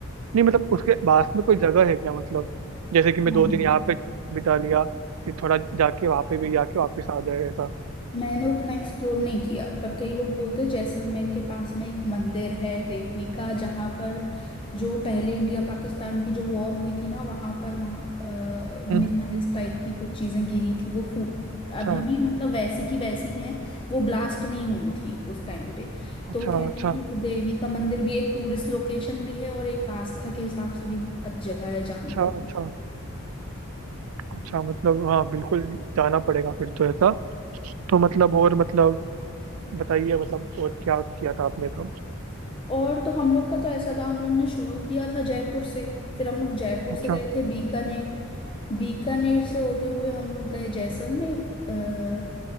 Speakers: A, on the right (about 85°); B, on the left (about 25°).
A: नहीं मतलब उसके पास में कोई जगह है क्या मतलब जैसे कि मैं
B: हाँ
A: दो दिन यहाँ पे बिता लिया फिर थोड़ा जाके वहाँ पे भी जाके वापस आ जाए ऐसा
B: मैंने उतना एक्सप्लोर नहीं किया पर कई लोग बोलते हैं जैसलमेर के पास में एक मंदिर है देवी का जहाँ पर जो पहले इंडिया पाकिस्तान की जो वॉर हुई थी ना वहाँ पर वहाँ
A: हम्म
B: मिसाइल्स
A: हम्म,
B: टाइप की कुछ चीजें गिरी थी वो फू
A: अच्छा
B: अभी भी मतलब वैसी की वैसी हैं वो ब्लास्ट नहीं हुई थी उस टाइम पे
A: अच्छा
B: तो वो कहते
A: अच्छा
B: हैं कि वो देवी का मंदिर भी एक टूरिस्ट लोकेशन भी है और एक आस्था के हिसाब से भी जगह है जाने
A: अच्छा
B: के लिए
A: अच्छा अच्छा मतलब हाँ बिल्कुल जाना पड़ेगा फिर तो ऐसा तो मतलब और मतलब बताइए मतलब और क्या किया था आपने तो
B: और तो हम लोग का तो ऐसा था हम लोग ने शुरू किया था जयपुर से फिर हम लोग जयपुर
A: अच्छा
B: से गए थे बीकानेर बीकानेर से होते हुए हम लोग गए जैसलमेर अ,